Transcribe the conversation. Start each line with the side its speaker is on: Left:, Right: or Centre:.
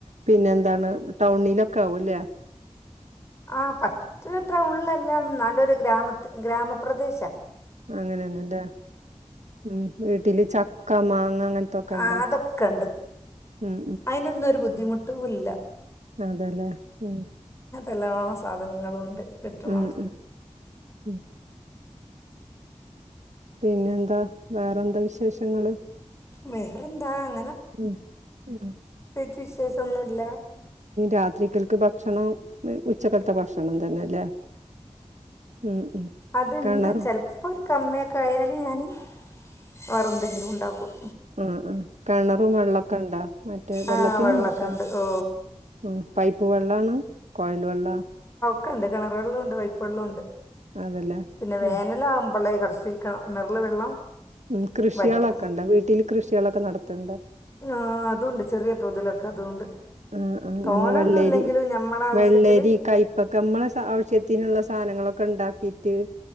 Right: പിന്നെ എന്താണ് ടൗണിലൊക്കെ ആവുംല്ലേ
Left: ആ പറ്റ ടൗണ്ല് അല്ലാന്നും ന്നാല്ലൊരു ഗ്രാമ ഗ്രാമപ്രദേശാ
Right: അങ്ങനെ ന്നെ ല്ലേ ഉം വീട്ടില് ചക്ക മാങ്ങ അങ്ങനത്തൊക്കെണ്ടോ?
Left: ആ അതൊക്കെണ്ട്
Right: ഉം
Left: അയിനൊന്നൊരു ബുദ്ധിമുട്ടുല്ല
Right: അതെ ല്ലേ ഉം
Left: എലാ സാധനങ്ങളും ഉണ്ട് കിട്ട്
Right: ഉം
Left: ണോട്
Right: ഉം ഉം പിന്നെന്താ വേറെന്താ വിശേഷങ്ങള്
Left: വെറന്താ അ
Right: ഉം ശ <unintelligible>
Left: വിശേഷം ഒന്നുല്ല
Right: രാത്രിക്കൽക്ക് ഭക്ഷണം ഉ ഉച്ചക്കത്തെ ഭക്ഷണം തന്നെല്ലേ ഉം ഉം
Left: അത്ണ്ട്
Right: കെണറും
Left: ചെലപ്പോ ഒരു കമ്മിയൊക്കെ ആയല് ഞാന് വെറെ ന്തെങ്കിലും ഉണ്ടാക്കും
Right: അ അ കിണറും വെള്ളമൊക്കെ ഇണ്ടാ മറ്റേ വെള്ളത്തിനും
Left: ആ വെള്ളമൊക്കെ
Right: വശ
Left: ഉണ്ട് ഓ
Right: ഉ പൈപ്പ് വെള്ളാണ് കോയിൽ വെള്ള
Left: ക്കണ്ട് കിണർ വെള്ള ഉണ്ട് വൈപ്പ് വള്ള ഉണ്ട്
Right: അതല്ലേ
Left: പിന്നെ
Right: ഉം
Left: വേനല ആവുമ്പള്ളേ കുറച്ച് ശ്രീക്കണം കെണറിലെ വെള്ളം
Right: ഉം കൃഷികളൊക്കെ
Left: വറ്റും
Right: ഇണ്ട വീട്ടില് കൃഷികളൊക്കെ നടത്തണ്ട്
Left: ആ അതൊണ്ട് ചെറിയ തോതിലൊക്കെ അതുണ്ട്
Right: ആ ആ
Left: തോനൊന്നും
Right: നമ്മൾ വെള്ളരി
Left: ഇല്ലെങ്കിലും ഞമ്മളെ ആവശ്യത്തില്
Right: വെള്ളരി കയപ്പക്ക നമ്മളെ ആവശ്യത്തിനുള്ള സാധനങ്ങളൊക്കെ ഉണ്ടാക്കിട്ട്